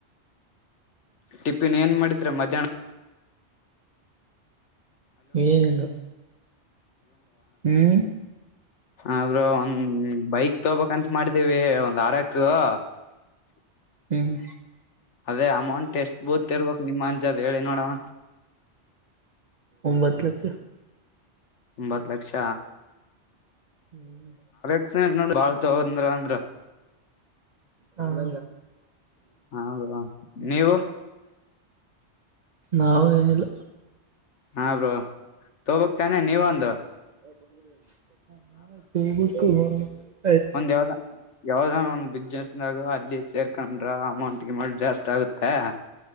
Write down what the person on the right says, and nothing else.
ಏನಿಲ್ಲ. ಹ್ಮ್
ಹ್ಮ್.
ಒಂಬತ್ತು ಲಕ್ಷ.
<inaudible>
ಹಾಂ
ನಾವು ಏನಿಲ್ಲ
<inaudible> <unintelligible> <unintelligible>